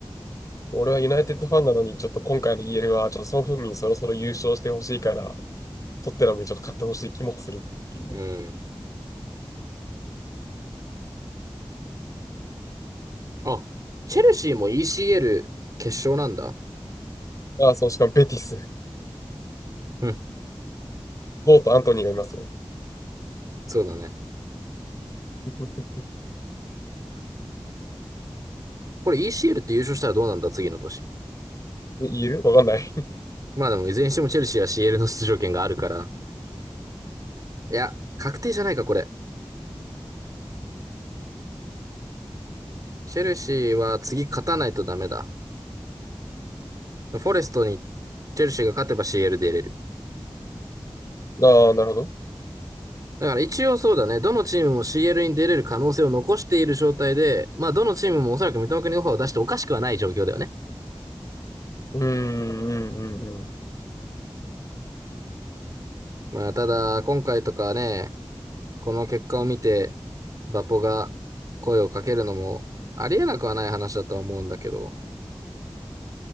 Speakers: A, on the left; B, on the right.
A: 俺はユナイテッドファンなのに、ちょっと今回のイーエルは、ちょっとソン・フンミンそろそろ優勝してほしいから、トッテナムにちょっと勝ってほしい気もするっていう。
B: うん。あ、チェルシーも ECL 決勝なんだ。
A: ああ、そう、しかもベティス。<laughs>
B: うん、
A: ゴーとアントニーがいますよ。
B: そうだね。
A: <laughs>
B: これ ECL って優勝したらどうなんだ、次の年。
A: で、イーエルわかんない。
B: まあでも、いずれにしてもチェルシーは CL の出場権があるから。<laughs> いや、確定じゃないか、これ。チェルシーは次勝たないとダメだ。フォレストにチェルシーが勝てば CL で出れる。
A: <laughs> ああ、なるほど。
B: だから一応そうだね。どのチームも CL に出れる可能性を残している状態で、まあどのチームもおそらく三笘国にオファーを出しておかしくはない状況だよね。
A: うーん、うん、うん、うん。
B: まあただ、今回とかね、この結果を見て、バポが声をかけるのもありえなくはない話だとは思うんだけど、